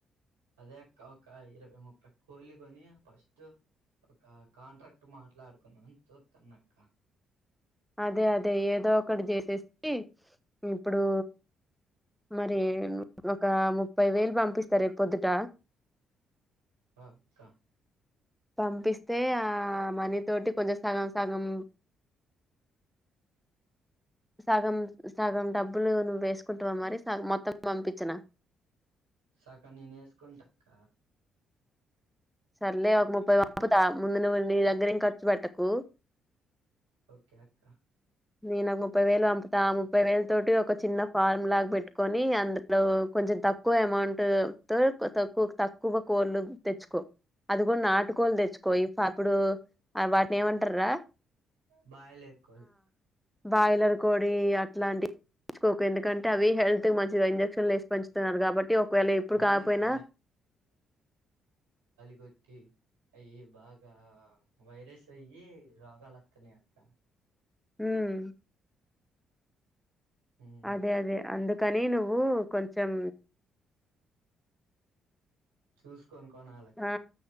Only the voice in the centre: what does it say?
అదే అదే ఏదో ఒకటి జేసేసి ఇప్పుడు మరి ఒక ముప్పై వేలు పంపిస్తా రేపొద్దుట
పంపిస్తే ఆ మనీ తోటి కొంచెం సగం సగం సగం సగం డబ్బులు నువ్వు వేసుకుంటావ మరి మొత్తం పంపించనా
సర్లే ఒక ముప్పై వంపుత ముందు ను నీ దగ్గరం ఖర్చు పెట్టకు
నే ఓ ముప్పై వేలు పంపుతా ఆ ముప్పై వేలు తోటి ఒక చిన్న ఫార్మ్ లాగా పెట్టుకని అందులో కొంచెం తక్కువ అమౌంట్ తో తక్కువ తక్కువ కోళ్ళు తెచ్చుకో అది కూడా నాటుకోలు తెచ్చుకో అప్పుడు వాటిని ఏమంటార రా
బాయిలర్ కోడి అట్లాంటివి తెచ్చుకోకు ఎందుకంటే అవి హెల్త్ మంచి ఇంజక్షన్లు వేసి పెంచుతున్నారు కాబట్టి ఒకవేళ ఎప్పుడు
కాకపోయినా
ఉమ్
అదే అదే అందుకని నువ్వు కొంచెం
ఆ